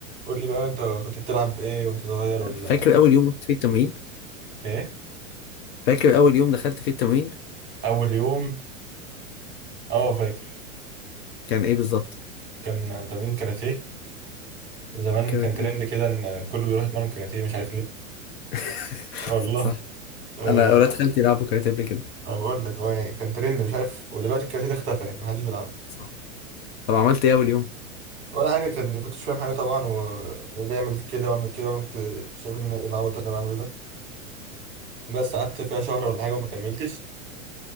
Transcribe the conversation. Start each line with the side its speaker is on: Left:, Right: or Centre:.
Right: قول لي بقى انت كنت بتلعب ايه وانت صغير ولا
Left: فاكر اول يوم رحت فيه التمرين
Right: ايه
Left: فاكر اول يوم دخلت فيه التمرين
Right: اول يوم اه فاكر
Left: كان ايه بالظبط
Right: كان تمرين كاراتيه زمان
Left: كانت
Right: كان ترند
Left: ايه
Right: كده ان كله بيروح يتمرن كاراتيه مش عارف ليه
Left: <laughs>
Right: والله
Left: صح
Right: آه
Left: انا اولاد خالتي لعبوا كاراتيه قبل كده
Right: انا بقول لك اه يعني كان ترند مش عارف ودلوقتي الكاراتيه ده اختفى يعني محدش بيلعبه
Left: صح طب عملت ايه اول يوم
Right: ولا حاجه كان كنتش فاهم حاجه طبعا و... واللي يعمل كده واعمل كده وانا كنت شايف ان ايه العبط اللي انا بعمله ده بس قعدت فيها شهر ولا حاجه وما كملتش